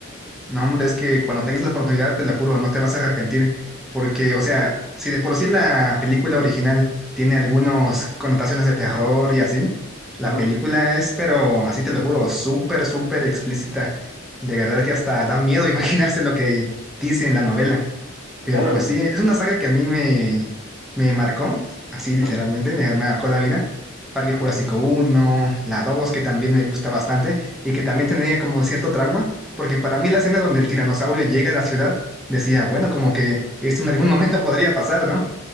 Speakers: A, in the centre; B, on the right.
A: No, hombre, es que cuando tengas la oportunidad, te lo juro, no te vas a arrepentir. Porque, o sea, si de por sí la película original tiene algunas connotaciones de terror y así, la
B: Ajá,
A: película es, pero así te lo juro, súper, súper explícita. De verdad que hasta da miedo <laughs> imaginarse lo que dice en la novela. Pero
B: órale.
A: pues sí, es una saga que a mí me, me marcó, así literalmente,
B: Ajá.
A: me, me marcó la vida. Parque Jurásico uno la 2 que también me gusta bastante y que también tenía como cierto trauma, porque para mí la escena donde el tiranosaurio llega a la ciudad, decía, bueno, como que esto en algún <laughs> momento podría pasar, ¿no?